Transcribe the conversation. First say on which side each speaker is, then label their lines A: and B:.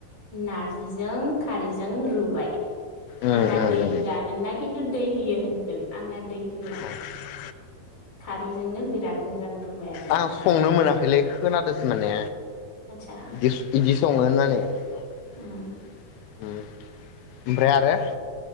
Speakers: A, on the left; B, on the left.
A: नारजिजों खारैजों रुबाय
B: उम
A: आंना
B: उम
A: दै
B: उम
A: होआ नोंना किनथु दै होयो होनदों आंना दै होआ
B: औ
A: खारैजोंनो बिराद मोजां रुबाय आरोना
B: आं संनो मोनाखैलै खोनादोंसो माने
A: आदसा
B: इदि इदि सङो होननानै उ
A: उम
B: ओमफ्राय आरो